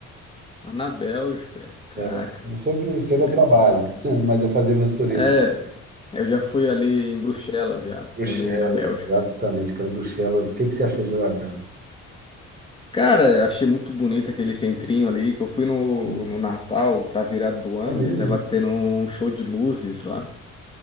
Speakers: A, on the left (about 15°); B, on the right (about 30°).
A: Lá na Bélgica, caraca.
B: É, eu sempre, sempre
A: É,
B: é trabalho, <laughs> mas eu fazia meus turismos.
A: é, eu já fui ali em Bruxelas já,
B: Bruxelas,
A: também na Bélgica.
B: exatamente, cara, Bruxelas. O que que você achou de lá, cara?
A: Cara, achei muito bonito aquele centrinho ali, que eu fui no,
B: Hum,
A: no Natal, pra virada do ano,
B: É mesmo?
A: e tava tendo um show de luzes lá.